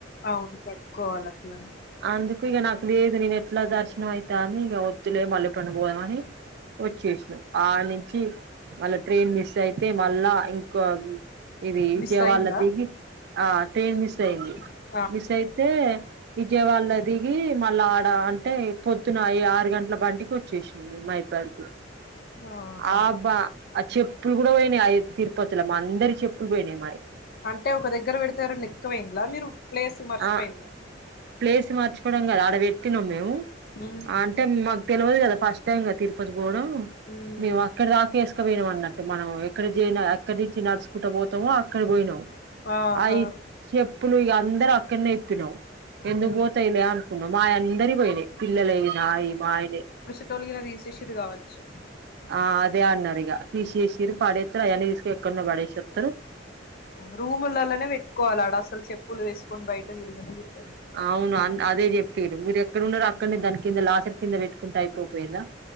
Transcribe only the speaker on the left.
అవును కట్టుకోవాలి అట్లనే
మిస్ అయిందా
శబ్దంగా ఉంది
ఆహా
అంటే ఒక దగ్గర పెడితే ఎవరన్న ఎత్తుకపోయిన్ల మీరు ప్లేస్ మర్చిపోయిల్ల
ఉమ్
ఉమ్
ఆహా
ఉమ్
మొత్తం గిన తీసేసిరు కావచ్చు.
రూములలోనే పెట్టుకోవాలి ఆడ అసలు చెప్పులు వేసుకొని బయట తిరిగనే తిరగద్దు.